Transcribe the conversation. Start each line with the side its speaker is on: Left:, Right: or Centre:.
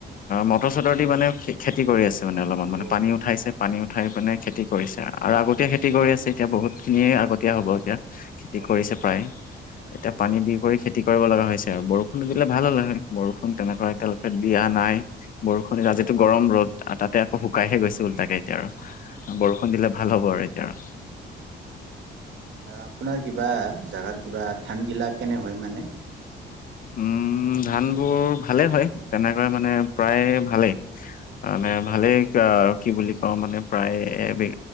Right: হয়
Left: মটৰ চটৰ দি মানে খেতি কৰি আছে। মানে অলপমান
Right: অ
Left: মানে পানী উঠাইছে পানী
Right: ভাল
Left: উঠাই
Right: ভাল
Left: মানে খেতি কৰিছে আৰু আগত
Right: অ
Left: খেতি কৰি আছে। এতিয়া বহুত খিনিয়ে আগতীয়া হ'ব এতিয়া খেতি
Right: অ
Left: কৰিছে
Right: অ
Left: প্ৰায়। এতিয়া পানী
Right: আচ্ছা
Left: দি কৰি খেতি কৰিব লগা হৈছে আৰু বৰষুণটো দিলে ভাল হ'লে হয়। বৰষুণ তেনেকুৱা
Right: হয় হয়
Left: এতিয়ালৈকে
Right: হয়
Left: দিয়া নাই বৰষুণ আজিটো গৰম ৰ'দ তাতে আকৌ শুকাইহে গৈছো ওলটাকে এতিয়া আৰু বৰষুণ দিলে ভাল হ'ব আৰু। এতিয়া আৰু
Right: আপোনাৰ কিবা জাগাৰ কিবা ধানগিলা কেনে হয় মানে?
Left: উম। উম ধানবোৰ ভালে হয় তেনেকৈ মানে প্ৰায় ভালেই মানে ভালেই কিবা কি বুলি কওঁ মানে প্ৰায় এবিঘ